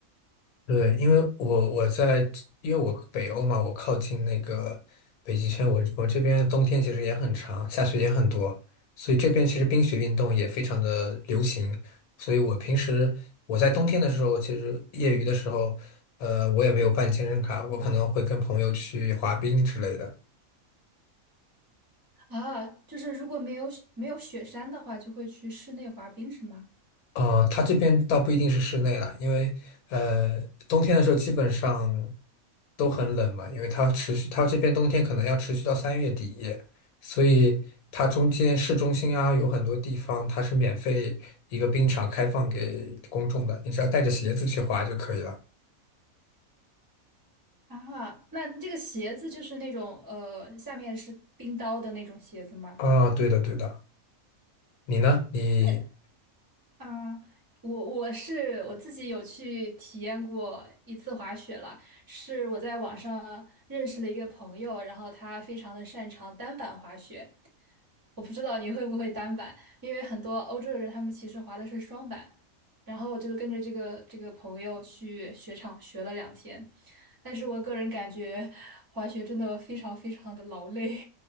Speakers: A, on the left; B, on the right.
A: 对，因为我我在，因为我北欧嘛，我靠近那个北极圈，我我这边冬天其实也很长，下雪也很多，所以这边其实冰雪运动也非常的流行。所以我平时我在冬天的时候，其实业余的时候，呃，我也没有办健身卡，我可能会跟朋友去滑冰之类的。
B: 啊。就是如果没有没有雪山的话，就会去室内滑冰，是吗？
A: 呃，它这边倒不一定是室内了，因为呃，冬天的时候基本上都很冷嘛，因为它持续，它这边冬天可能要持续到三月底，所以它中间市中心啊，有很多地方它是免费一个冰场开放给公众的，你只要带着鞋子去滑就可以了。
B: 啊，那这个鞋子就是那种呃，下面是冰刀的那种鞋子吗？
A: 啊，对的对的，你呢？你
B: 那啊，我我是我自己有去体验过一次滑雪了，是我在网上认识了一个朋友，然后他非常的擅长单板滑雪。我不知道你会不会单板，因为很多欧洲人他们其实滑的是双板。然后我就跟着这个这个朋友去雪场学了两天，但是我个人感觉滑雪真的非常非常的劳累，